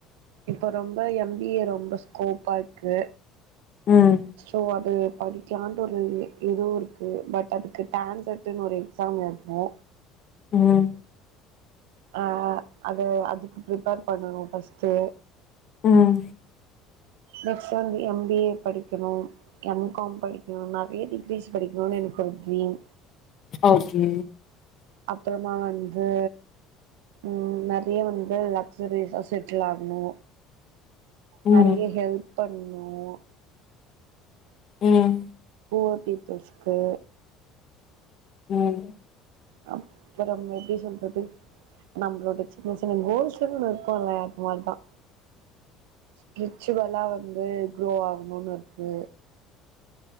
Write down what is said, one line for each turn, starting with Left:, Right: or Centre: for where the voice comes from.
Right: இப்ப ரொம்ப எம் பி ஏ ரொம்ப ஸ்கோப்பா இருக்கு
Left: ம்
Right: ஸோ அது படிக்கலான்ட்டு ஒரு இதுவு இருக்கு பட் அதுக்கு டான்செட்னு ஒரு எக்ஸாம் எழுதுனு
Left: உம்
Right: ஆ அத அதுக்கு பிரப்பர் பண்ணணும் பஸ்ட்டு
Left: உம்
Right: நெக்ஸ்ட் வந்து எம் பி ஏ படிக்கணு எம் காம் படிகணு நெறைய டிகிரி இங்கிலிஷ் படிக்கனும்னு எனக்கு ஒரு ட்ரீம்
Left: ஓகே
Right: அப்புறோ நா வந்து உம் நெறைய வந்து லக்சரிஸ்ல செட்டில் ஆகணு நெறைய
Left: ம்
Right: ஹெல்ப் பண் ணனு
Left: உம்
Right: புவர் பீப்புல்சுக்கு
Left: ம்
Right: அப்புறம் எப்படி சொல்றது நம்பளோட சின்ன சின்ன கோல்ஸ்னு ஒன்னு இருக்கும்ல அப்ப அதான் ஸ்பிரிச்சுவலா வந்து குரோ ஆகணும்னு இருக்கு